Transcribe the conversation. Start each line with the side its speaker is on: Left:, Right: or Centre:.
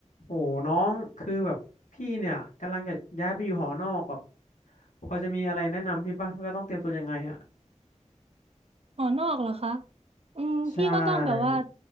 Left: โอ้น้องคือแบบพี่เนี่ยกำลังจะย้ายไปอยู่หอนอกแบบพอจะมีอะไรแนะนำพี่ป่ะว่าต้องเตรียมตัวยังไงอ่ะ
Right: หอนอกเหรอคะอืมพี่ก็ต้องแบบว่า
Left: ใช่